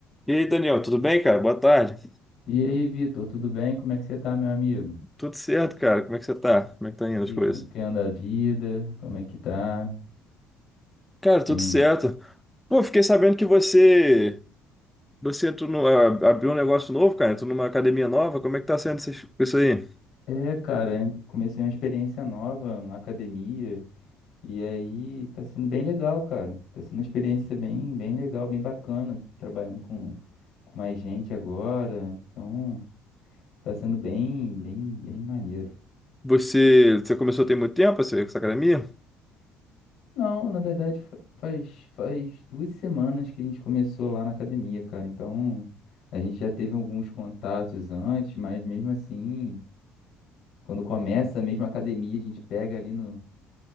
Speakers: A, in the centre; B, on the left.
A: E aí, Daniel, tudo bem, cara? Boa tarde.
B: E aí, Vitor, tudo bem? Como é que você tá, meu amigo?
A: Tudo certo, cara? Como é que você tá? Como é que tá indo as
B: E
A: coisas?
B: como que anda a vida? Como é que tá?
A: Cara, tudo
B: Tem.
A: certo. Pô, fiquei sabendo que você você entrou no, a- abriu um negócio novo, cara. Entrou numa academia nova. Como é que tá sendo essas- isso aí?
B: É, cara, eu comecei uma experiência nova na academia e aí tá sendo bem legal, cara. Tá sendo uma experiência bem, bem legal, bem bacana, trabalhando com, com mais gente agora. Então, tá sendo bem, bem, bem maneiro.
A: Você, você começou tem muito tempo essa, essa academia?
B: Não, na verdade fa- faz, faz duas semanas que a gente começou lá na academia, cara. Então a gente já teve alguns contatos antes, mas mesmo assim, quando começa a mesma academia, a gente pega ali no,